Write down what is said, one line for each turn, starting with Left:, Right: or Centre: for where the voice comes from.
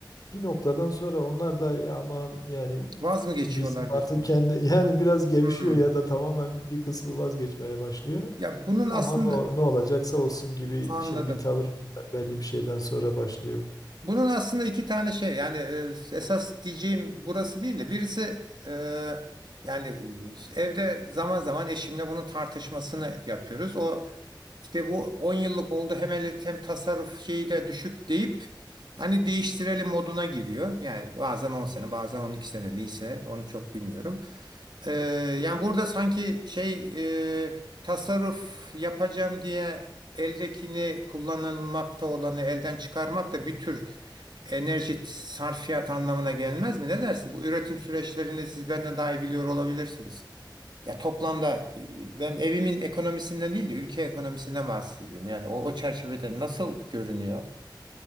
Left: bir noktadan sonra onlar da "Ya aman yani
Right: Vaz mı geçiyorlar
Left: biz artık
Right: diyorsunuz?
Left: kendi <laughs> yani biraz gevşiyor
Right: Hı.
Left: ya da tamamen bir kısmı vazgeçmeye başlıyor.
Right: Ya bunun
Left: Ama
Right: aslında
Left: ne, o- ne olacaksa olsun gibi
Right: anladım.
Left: şey bir tavır be- belli bir şeyden sonra başlıyor.
Right: Bunun aslında iki tane şey yani e, esas diyeceğim burası değil de birisi e, yani e, evde zaman zaman eşimle bunun tartışmasını yapıyoruz. O işte bu on yıllık oldu hem ele- hem tasarruf şeyi de düşük deyip hani değiştirelim moduna giriyor. Yani bazen on sene bazen on iki sene neyse onu çok bilmiyorum. Ee, yani burada sanki şey e, tasarruf yapacağım diye eldekini kullanılmakta olanı elden çıkarmak da bir tür enerji sarfiyat anlamına gelmez mi? Ne dersin? Bu üretim süreçlerini siz benden daha iyi biliyor olabilirsiniz. Ya toplamda e, ben evimin ekonomisinden değil de ülke ekonomisinden bahsediyorum. Yani o, o çerçevede nasıl görünüyor?